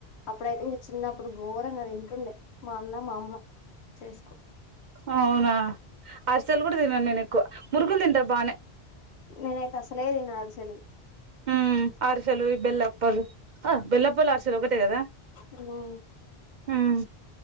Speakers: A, on the left; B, on the right.
A: అప్పుడైతే ఇంక చిన్నప్పుడు ఘోరం తినేది చేటుండే మా అన్న మా అమ్మ చేసుకో
B: హో అవునా అరుసెలు కూడా తిన నేను ఎక్కువ పునుగులు తింటా బానే
A: నేనైతే అసలే తిన అరిసెలు
B: హమ్ అరుసెలు ఈ బెల్లా అప్పులు ఆ బెల్లా అప్పాలు అరెసెలు ఒకటే కదా
A: హ్మ్.
B: హమ్